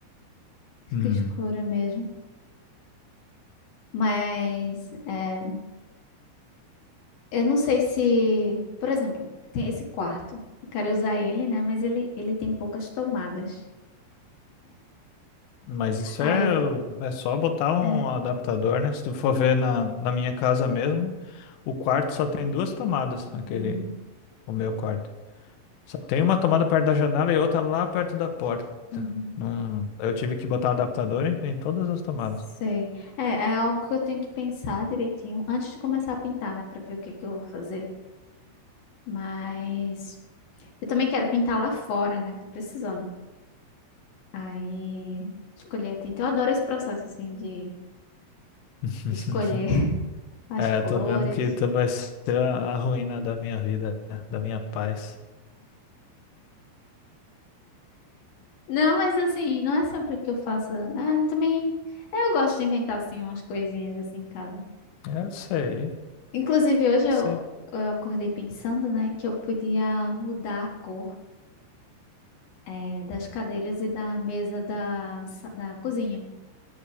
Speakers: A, on the left; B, on the left.
A: Fica
B: Uhum.
A: escura mesmo. Mas é, Eu não sei se, por exemplo, tem esse quarto. Eu quero usar ele, né? Mas ele, ele tem poucas tomadas.
B: Mas isso
A: Ah,
B: é,
A: eu.
B: é só botar um
A: Hum. É.
B: adaptador, né? Se tu for ver na, na minha casa mesmo, o quarto só tem duas tomadas, aquele,
A: Uhum,
B: o meu quarto. Só tem uma tomada perto da janela e outra lá perto da porta.
A: uhum.
B: Não, eu tive que botar adaptador em, em todas as tomadas.
A: Sei. É, é algo que eu tenho que pensar direitinho antes de começar a pintar, né? Pra ver o que que eu vou fazer. Mas eu também quero pintar lá fora, né? Tô precisando. Aí escolher. Então, eu adoro esse processo, assim, de,
B: <laughs>
A: de escolher <laughs> as
B: É,
A: cores.
B: tô vendo que tu vai ser a a ruína da minha vida, da minha paz.
A: Não, mas assim, não é sempre que eu faça. Ah, também. é, Eu gosto de inventar assim umas coisinhas assim em casa.
B: É, Eu sei,
A: Inclusive, hoje eu,
B: sei.
A: eu acordei pensando, né, que eu podia mudar a cor, é, das cadeiras e da mesa da, sa- da cozinha.